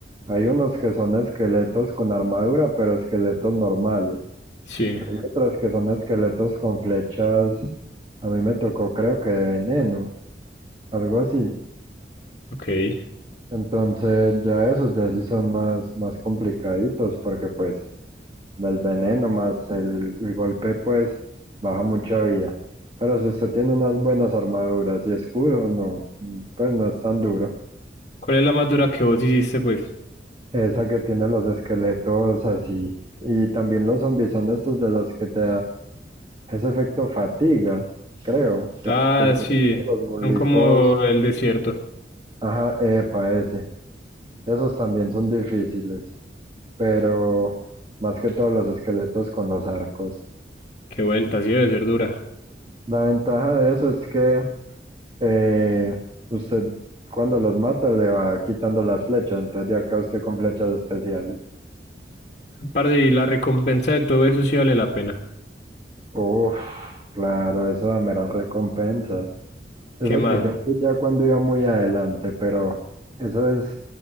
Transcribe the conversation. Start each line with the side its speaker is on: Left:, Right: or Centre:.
Right: hay unos que son esqueletos con armadura, pero esqueletos normales.
Left: Sí,
Right: Hay otras que son esqueletos con flechas. A mí me tocó, creo que de veneno, algo así.
Left: ok.
Right: Entonces, ya esos ya sí son más, más complicaditos, porque pues el veneno más el, el golpe, pues baja mucha vida. Pero si usted tiene unas buenas armaduras y escudo, no, mm, pues no es tan duro.
Left: ¿Cuál es la más dura que vos hiciste, pues?
Right: Esa que tiene los esqueletos así. Y también los zombies son estos de los que te ese efecto fatiga, creo, que
Left: Ah,
Right: como
Left: sí,
Right: que te ponen los mulitos,
Left: son como el desierto.
Right: ajá, epa, ese. Esos también son difíciles, pero más que todos los esqueletos con los arcos.
Left: Qué vuelta, sí debe ser dura.
Right: La ventaja de eso es que eh, usted cuando los mata le va quitando las flechas, entonces ya queda usted con flechas especiales.
Left: Parce, y la recompensa de todo eso sí vale la pena.
Right: <laughs> Uf, claro, eso da meras recompensas. Eso
Left: ¿Qué más?
Right: que yo fui ya cuando iba muy adelante, pero eso es,